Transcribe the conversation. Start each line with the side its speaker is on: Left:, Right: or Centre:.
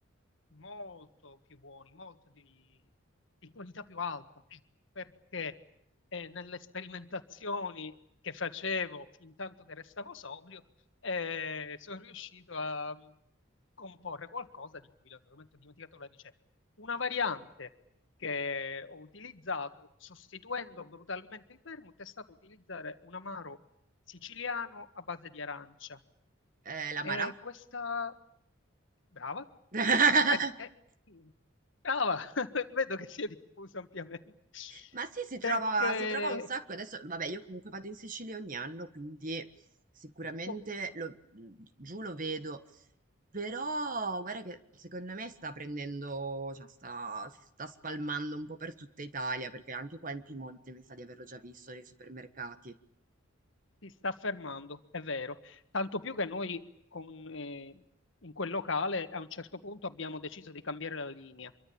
Left: molto più buoni, molto di, di qualità più alta, perché eh, nelle sperimentazioni che facevo fin tanto che restavo sobrio, eh, sono riuscito a mm, comporre qualcosa di cui naturalmente ho dimenticato la ricetta. Una variante che ho utilizzato sostituendo brutalmente il vermouth è stato utilizzare un amaro siciliano a base di arancia.
Right: Eh, l'amara?
Left: E questa, brava,
Right: <laughs>
Left: l'amara, perché... Brava, <laughs> vedo che si è diffusa ampiamente.
Right: Ma sì, si trova,
Left: Perché
Right: si trova un sacco. Adesso, vabbè, io comunque vado in Sicilia ogni anno, quindi sicuramente
Left: eh,
Right: lo- giù lo vedo. Però, guarda che secondo me sta prendendo, cioè sta, si sta spalmando un po' per tutta Italia, perché anche qua in Piemonte mi sa di averlo già visto nei supermercati.
Left: Si sta fermando, è vero. Tanto più che noi con, eh, in quel locale a un certo punto abbiamo deciso di cambiare la linea.